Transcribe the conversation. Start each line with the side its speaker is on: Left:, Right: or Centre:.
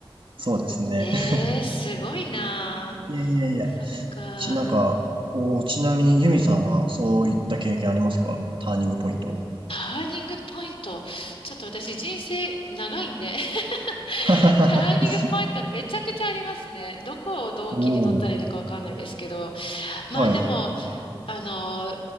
Right: そうですね。
Left: ええ、
Right: <laughs>
Left: すごいなあ。
Right: いやいやいや。
Left: そっか。
Right: ち、なんか、こう、ちなみにユミさんはそういった経験ありますかターニングポイント。
Left: ターニングポイント。ちょっと私人生長いんで、
Right: <laughs>
Left: <laughs> ターニングポイントめちゃくちゃありますね。どこをどう切り取ったらいいのかわかんないですけど。
Right: おお、
Left: まあでも、
Right: はい。
Left: あの、